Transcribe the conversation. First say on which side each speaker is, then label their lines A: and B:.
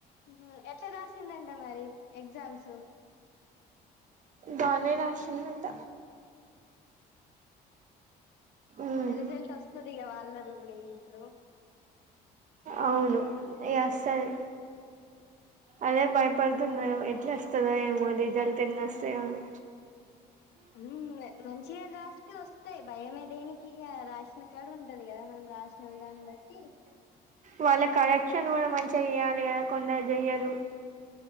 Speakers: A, on the left; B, on the right.
A: ఉహు ఎట్లా రాసిందంటే మరి ఎగ్జామ్స్
B: బానే రాసిందంట. మ్మ్
A: ఎల్జల్ట్ వస్తది. ఇగ వాళ్ళది కూడా ఇ ఇప్పుడు
B: అవును ఇగ వస్తది. అదే భయపడుతున్ ఎట్లొస్తదో ఏమో అని రిజల్ట్ ఎన్నొస్తాయో అని
A: ఉమ్ మంచిగా రాస్తే వస్త్ భయమే దేనికి ఇగ రాసిన కాడ ఉంటది. కదా మనం రాసిన విదాన్ బట్టి
B: వాళ్ల కరెక్షన్ కూడా మంచిగా చేయాలి. కదా కొందరు చెయ్యరు.